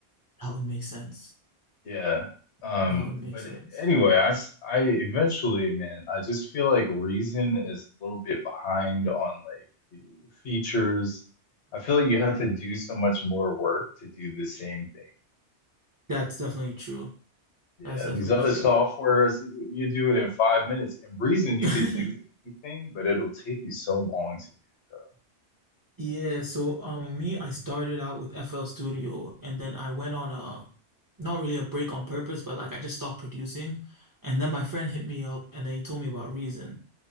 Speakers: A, on the right; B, on the left.
A: That would make sense.
B: Yeah. Um,
A: That would make
B: but
A: sense.
B: anyway, I, s- I eventually, man, I just feel like Reason is a little bit behind on like the features. I feel like you have to do so much more work to do the same thing.
A: That's definitely true.
B: Yeah,
A: That's definitely
B: these other
A: true.
B: softwares, you do it in five minutes. In Reason, you
A: <laughs>
B: could do anything, but it'll take you so long to do.
A: Yeah, so um me, I started out with FL Studio and then I went on a not really a break on purpose, but like I just stopped producing. And then my friend hit me up and then he told me about Reason.